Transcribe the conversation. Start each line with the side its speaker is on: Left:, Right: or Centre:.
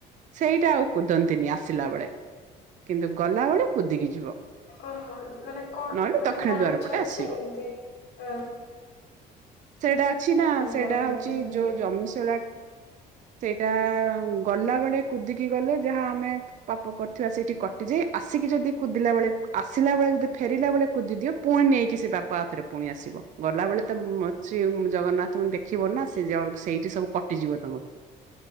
Right: ସେଇଟା ଆଉ କୁଦନ୍ତିନି ଆସିଲା ବେଳେ କିନ୍ତୁ ଗଲାବେଳେ କୁଦିକି ଯିବ।
Left: ଓହ ମାନେ କଣ
Right: ନହେଲେ
Left: ମାନେ
Right: ଦକ୍ଷିଣ
Left: କାହାର
Right: ଦ୍ୱାର
Left: କିଛି
Right: ପଟେ
Left: ଅଛି
Right: ଆସିବ।
Left: ଏମିତି ଅ
Right: ସେଇଟା ଅଛି ନା ସେଇଟା
Left: କରନ୍ତିନି
Right: ହଉଛି
Left: ସେମିତି
Right: ଯୋଉ ଜମିସିଳା ସେଇଟା ଗଲା ବେଳେ କୁଦିକି ଗଲେ ଯାହା ଆମେ ପାପ କରୁଥିବା ସେଇଠି କଟିଯାଇ ଆସିକି ଯଦି କୁଦିଲା ବେଳେ ଆସ ବେଳେ ଯଦି ଫେରିଲା ବେଳେ କୁଦି ଦିଅ ପୁଣି ନେଇକି ସେ ପାପ ଆଉ ଥରେ ପୁଣି ଆସିବ ଗଲାବେଳେ ତ ଅଛି ଜଗନ୍ନାଥ ଙ୍କୁ ଦେଖିବ ନା ସେ ଯ ସେଇଠି ସବୁ କଟିଯିବ ତମର।